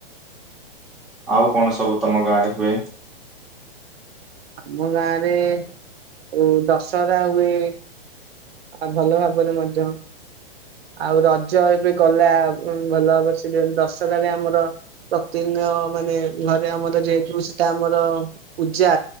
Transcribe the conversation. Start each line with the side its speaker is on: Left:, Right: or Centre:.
Centre: ଆଉ କଣ ସବୁ ତମ ଗାଁ ରେ ହୁଏ?
Right: ଆମ ଗାଁରେ ଉଁ ଦଶହରା ହୁଏ। ଆଉ ଭଲ ଭାବରେ ମଧ୍ୟ ଆଉ ରଜ ଏବେ ଗଲା ଭଲ ଭାବ ସେ ଦଶହରାରେ ଆମର। ପ୍ରତିଦିନମାନେ ଘରେ ଆମର ଯେହେତୁ ସେଟା ଆମର ପୂଜା